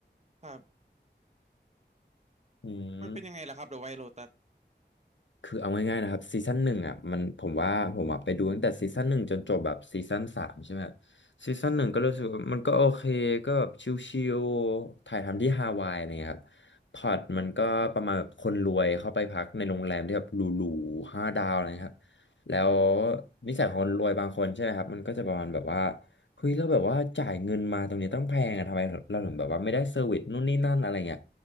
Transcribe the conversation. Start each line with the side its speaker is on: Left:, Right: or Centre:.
Right: ครับ
Left: อืม
Right: มันเป็นยังไงล่ะครับ The White Lotus
Left: คือเอาง่ายๆนะครับซีซั่นหนึ่งอ่ะมันผมว่าผมอ่ะไปดูตั้งแต่ซีซั่นหนึ่งจนจบแบบซีซั่นสามใช่ไหมครับซีซั่นหนึ่งก็รู้สึกว่ามันก็โอเคก็แบบชิลๆถ่ายทำที่ฮาวายอะไรเงี้ยครับพล็อตมันก็ประมาณแบบคนรวยเข้าไปพักในโรงแรมที่แบบหรูๆห้าดาวอะไรครับแล้วนิสัยของคนรวยบางคนใช่ไหมครับมันก็จะประมาณแบบว่าเฮ้ยเราแล้วแบบว่าจ่ายเงินมาตรงนี้ต้องแพงอะทำไมเราถึงแบบว่าไม่ได้เซอร์วิสนู่นนี่นั่นอะไรเงี้ย